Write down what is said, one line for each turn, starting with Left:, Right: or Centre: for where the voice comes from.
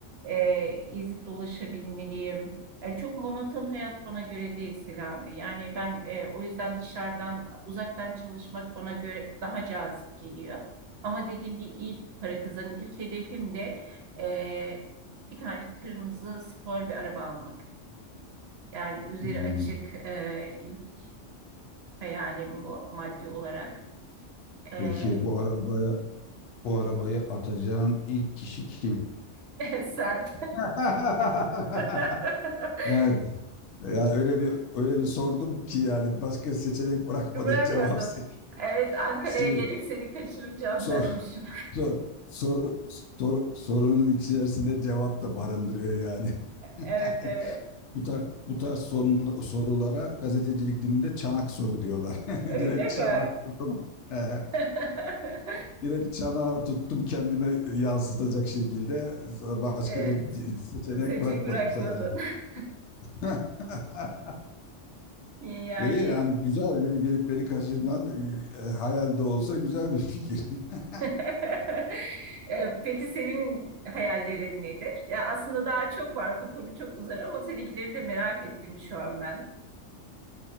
Right: e, gezip dolaşabilmeliyim. Yani çok monoton hayat bana göre değil Selami. Yani ben e, o yüzden dışarıdan uzaktan çalışmak bana göre daha cazip geliyor. Ama dediğim gibi iyi para kazanın. İlk hedefim de e, bir tane kırmızı spor bir araba almak. Yani üzeri
Left: Hmm.
Right: açık e, ilk hayalim bu maddi olarak. E,
Left: Peki bu arabaya Bu arabayı atacağın ilk kişi kim?
Right: <laughs> sen
Left: <laughs>
Right: <laughs>
Left: Yani, yani öyle bir öyle bir sordum ki yani başka seçenek bırakmadı
Right: Bırakmadın.
Left: cevap seç
Right: Evet Ankara'ya
Left: şey,
Right: gelip seni kaçıracağım
Left: sor
Right: dermişim. <laughs>
Left: sor soru sor- sorunun içerisinde cevap da barındırıyor yani.
Right: Evet
Left: <laughs>
Right: evet.
Left: Bu tarz, bu tarz sorun- sorulara gazetecilik dilinde çanak soru diyorlar. <laughs> Direkt
Right: Öyle
Left: çanak
Right: mi?
Left: sordum. <laughs> Ee,
Right: <laughs>
Left: Direkt çanağı tuttum kendime yansıtacak şekilde. Başka
Right: Evet.
Left: da seçenek
Right: Seçim
Left: bırakmadım
Right: bırakmadın.
Left: sana.
Right: <laughs>
Left: <laughs> <laughs>
Right: Yani
Left: İyi yani güzel beni gelip beni kaçırman e, hayalde olsa güzel bir fikir. <laughs>
Right: <laughs> E, peki senin hayallerin nedir? Ya aslında daha çok var. Bu konu çok uzar ama seninkileri de merak ettim şu an ben. <laughs>